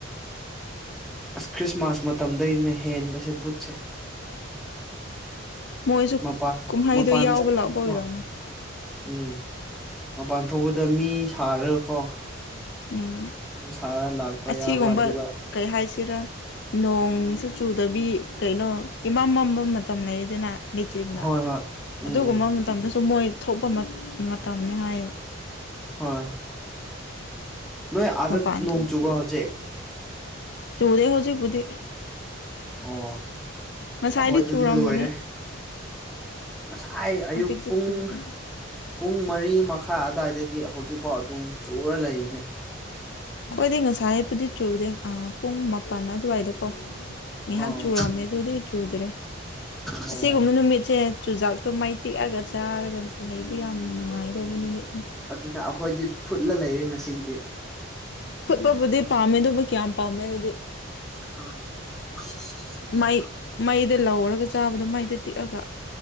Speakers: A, in the centre; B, on the left.
A: ꯑꯁ ꯈ꯭ꯔꯤꯁꯃꯥꯁ ꯃꯇꯝꯗꯩꯅꯦ ꯍꯦꯟꯕꯁꯦ ꯕꯨꯠꯁꯦ
B: ꯃꯣꯏꯁꯨ
A: ꯃꯄꯥꯟ
B: ꯀꯨꯝꯍꯩꯗꯣ
A: ꯃꯄꯥꯟ
B: ꯌꯥꯎꯕ
A: ꯆꯠꯄꯗꯀꯣ
B: ꯂꯥꯛꯄ ꯑꯣꯏꯔꯝꯅꯤ
A: ꯎꯝ ꯃꯄꯥꯟ ꯊꯣꯛꯄꯗ ꯃꯤ ꯁꯥꯔꯒꯀꯣ
B: ꯎꯝ
A: ꯃꯤ ꯁꯥꯔ ꯂꯥꯛꯄ
B: ꯑꯁꯤꯒꯨꯝꯕ
A: ꯌꯥꯎꯕ ꯑꯗꯨꯒ
B: ꯀꯩ ꯍꯥꯏꯁꯤꯔ ꯅꯣꯡꯁꯨ ꯆꯨꯗꯕꯤ ꯀꯩꯅꯣ ꯏꯃꯝ ꯃꯝꯕ ꯃꯇꯝ ꯂꯩꯗꯅ ꯂꯩꯆꯤꯟꯅ
A: ꯍꯣꯏ ꯍꯣꯏ
B: ꯑꯗꯨꯒꯨꯝꯕ
A: ꯎꯝ ꯎꯝ
B: ꯃꯇꯝꯗꯁꯨ ꯃꯣꯏ ꯊꯣꯛꯄ <unintelligible> ꯃꯇꯝꯅꯦ ꯍꯥꯏꯌꯦ
A: ꯍꯣꯏ ꯅꯣꯏ ꯑꯥꯗ
B: ꯃꯄꯥꯟ
A: ꯅꯣꯡ
B: ꯊꯣꯛ
A: ꯆꯨꯕ꯭ꯔꯣ ꯍꯧꯖꯤꯛ
B: ꯆꯨꯗꯦ ꯍꯧꯖꯤꯛꯄꯨꯗꯤ
A: ꯑꯣ
B: ꯉꯁꯥꯏꯗꯤ
A: ꯑꯈꯣꯏꯗꯗꯤ
B: ꯆꯨꯔꯝꯕꯅꯦ
A: ꯂꯣꯏꯔꯦ ꯉꯁꯥꯏ ꯑꯌꯨꯛ
B: ꯍꯧꯖꯤꯛꯇꯤ
A: ꯄꯨꯡ
B: ꯆꯨꯗꯦ
A: ꯄꯨꯡ ꯃꯔꯤ ꯃꯈꯥꯏ ꯑꯗ꯭ꯋꯥꯏꯗꯒꯤ ꯍꯧꯖꯤꯛꯐꯥꯎ ꯑꯗꯨꯝ ꯆꯨꯔ ꯂꯩꯔꯤꯅꯦ
B: ꯈꫭꯏꯗꯤ ꯉꯁꯥꯏꯄꯨꯗꯤ ꯆꯨꯗꯦ ꯑꯥ ꯄꯨꯡ ꯃꯥꯄꯟ ꯑꯗ꯭ꯋꯥꯏꯗ ꯀꯣ ꯉꯤꯍꯥꯛ
A: ꯑꯣ
B: ꯆꯨꯔꯝꯃꯦ ꯑꯗꯨꯗꯩ ꯆꯨꯗ꯭ꯔꯦ
A: ꯑꯣ
B: ꯑꯁꯤꯒꯨꯝꯕ ꯅꯨꯃꯤꯠꯁꯦ ꯆꯨꯖꯥꯛꯇꯣ ꯃꯩ ꯇꯤꯛꯑꯒ ꯆꯥꯔꯒ ꯂꯩꯕ ꯌꯥꯝ ꯅꯨꯡꯉꯥꯏꯗꯧꯕ ꯅꯨꯃꯤꯠꯅꯤ
A: ꯑꯗꯨꯅ ꯑꯈꯣꯏꯗꯤ ꯐꯨꯠꯂ ꯂꯩꯔꯦ ꯉꯁꯤꯒꯤꯗꯤ
B: ꯐꯨꯠꯄꯕꯨꯗꯤ ꯄꯥꯝꯃꯦ ꯑꯗꯨꯕꯨ ꯀꯌꯥꯝ ꯄꯥꯝꯃꯦ ꯑꯩꯗꯤ
A: ꯍꫭꯏ ꯃꯩꯗꯩ ꯑꯗꯨ ꯍꯦꯟꯅ
B: ꯃꯩ
A: ꯍꯥꯎꯇ‌꯭ꯔꫭ
B: ꯃꯩꯗ ꯂꯧꯔꯒ ꯆꯥꯕꯗꯣ ꯃꯩꯗ ꯇꯤꯛꯑꯒ